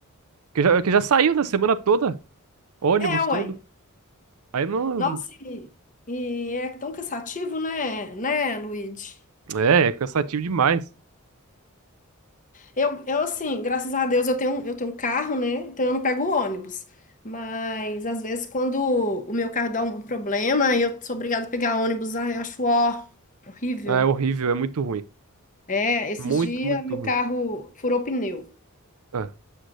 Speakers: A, on the right; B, on the left.
A: Porque já, porque já saiu na semana toda, ônibus,
B: É, ué.
A: tudo. Aí não.
B: Nossa, e, e é tão cansativo, né, né, Luigi?
A: É, é cansativo demais.
B: Eu, eu, assim, graças a Deus eu tenho, um, eu tenho um carro, né? Então eu não pego o ônibus. Mas às vezes quando o meu carro dá um problema e eu sou obrigada a pegar ônibus, ai, eu acho ó, horrível.
A: É horrível, é muito ruim.
B: É, esses
A: Muito,
B: dias
A: muito
B: meu
A: ruim.
B: carro furou pneu.
A: Ah.